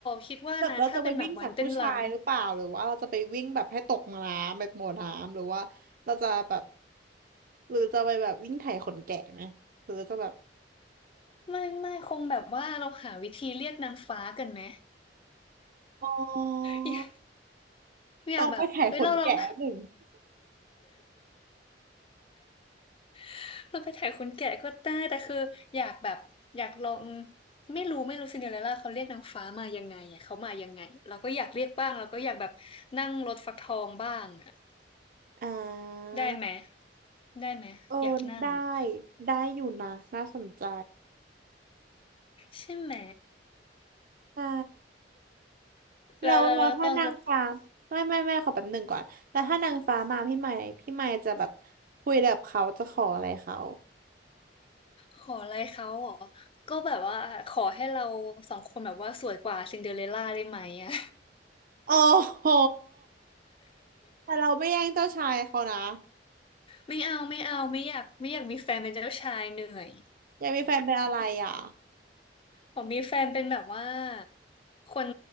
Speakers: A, on the left (about 30°); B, on the right (about 50°).
A: คิดว่านะถ้าเป็นแบบวันเต้นรำ
B: แบบเราจะไปวิ่งจากผู้ชายหรือเปล่าหรือว่าเราจะไปวิ่งแบบให้ตกน้ำแบบหมดน้ำหรือว่าเราจะแบบหรือจะไปแบบวิ่งไถขนแกะไหมหรือจะแบบ
A: ไม่ไม่คงแบบว่าเราหาวิธีเรียกนางฟ้ากันไหม
B: อ๋อ
A: อยากอยากแบบเฮ้ยเราลอง
B: ต้องไปไถขนแกะหนึ่ง
A: <laughs> เราไปถ่ายคนแก่ก็ได้แต่คืออยากแบบอยากลองไม่รู้ไม่รู้ซินเดอเรลล่าเขาเรียกนางฟ้ามายังไงอ่ะเขามายังไงเราก็อยากเรียกบ้างเราก็อยากแบบนั่งรถฟักทองบ้างอ่ะ
B: อ่า
A: ได้ไหมได้ไหมอยากนั่งอ่ะ
B: เออได้ได้อยู่นะน่าสนใจ
A: ใช่ไหม
B: ใช่แล้วแล้วถ้านางฟ้า
A: แล้วแล้วแล้วตองจะ
B: ไม่ไม่ไม่ขอแป๊บหนึ่งก่อนแล้วถ้านางฟ้ามาพี่ใหม่พี่ใหม่จะแบบคุยแบบเขาจะขออะไรเขา
A: ขออะไรเขาเหรอก็แบบว่าขอให้เราสองคนแบบว่าสวยกว่าซินเดอเรลล่าได้ไหมอ่ะ
B: โอ้โหแต่เราไม่แย่งเจ้าชายเขานะ
A: ไม่เอาไม่เอาไม่อยากไม่อยากมีแฟนเป็นเจ้าชายเหนื่อย
B: อยากมีแฟนเป็นอะไรอ่ะ
A: ผมมีแฟนเป็นแบบว่าคน